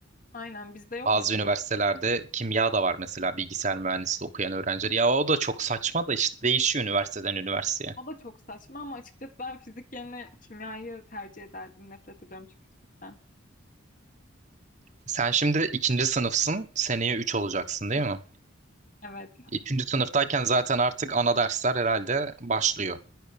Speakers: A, on the left; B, on the right.
A: Aynen bizde yok
B: Bazı
A: mesela.
B: üniversitelerde kimya da var mesela bilgisayar mühendisliği okuyan öğrenciler. Ya o da çok saçma da işte değişiyor üniversiteden üniversiteye.
A: O da çok saçma ama açıkçası ben fizik yerine kimyayı tercih ederdim. Nefret ediyorum çünkü fizikten.
B: Sen şimdi ikinci sınıfsın, seneye 3 olacaksın
A: Hı hı.
B: değil mi?
A: Evet.
B: Üçüncü sınıftayken zaten artık ana dersler herhalde başlıyor.